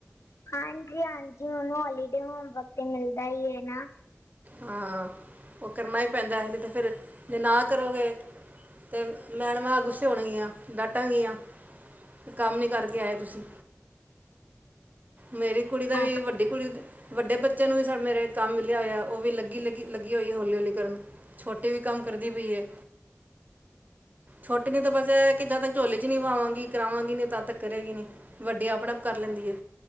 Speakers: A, on the left; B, on the right.
A: ਹਾਂਜੀ-ਹਾਂਜੀ, ਹੁਣ ਹੋਲੀਡੇ ਹੋਮ ਵਕ ਤੇ ਮਿਲਦਾ ਹੀ ਏ ਨਾ।
B: ਹਾਂ ਉਹ ਕਰਨਾ ਹੀ ਪੈਂਦਾ ਹੈ, ਨਈ ਤੇ ਫਿਰ ਜੇ ਨਾ ਕਰੋਗੇ ਤੇ ਮੈਡਮਾਂ ਗੁੱਸੇ ਹੋਨਗੀਆਂ ਡਾਟਨ ਗੀਆਂ। ਕੰਮ ਨੀ ਕਰਕੇ ਆਏ ਤੁਸੀਂ ਮੇਰੀ ਕੁੜੀ ਦਾ
A: ਹਾਂ
B: ਵੀ ਵੱਡੀ ਕੁੜੀ ਵੱਡੇ ਬੱਚੇ ਨੂੰ ਵੀ ਮੇਰੇ, ਕੰਮ ਮਿਲਿਆ ਹੋਇਆ। ਉਹ ਵੀ ਲੱਗੀ-ਲੱਗੀ, ਲੱਗੀ ਹੋਈ ਹੌਲੀ, ਹੌਲੀ ਕਰਨ ਛੋਟੀ ਵੀ ਕੰਮ ਕਰਦੀ ਪਈ ਹੈ ਛੋਟੀ ਨੂੰ ਤਾਂ ਬਸ ਇਹ ਹੈ ਕਿ ਜਦ ਝੋਲੀ ਚ ਨੀ ਬਾਵਾਂਗੀ, ਕਰਾਵਾਂਗੀ ਨੀ ਤਾਂ ਤੱਕਰ ਕਰੋਗੀ ਨੀ ਵੱਡੀ ਆਪਣੇ ਆਪ ਕਰ ਲੈਂਦੀ ਏ।